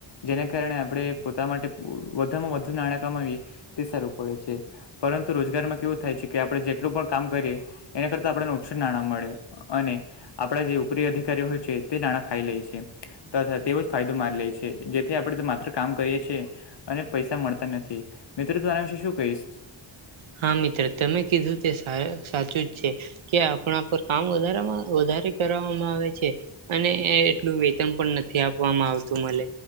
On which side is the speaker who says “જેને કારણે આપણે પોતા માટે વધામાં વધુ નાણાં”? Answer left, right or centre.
Left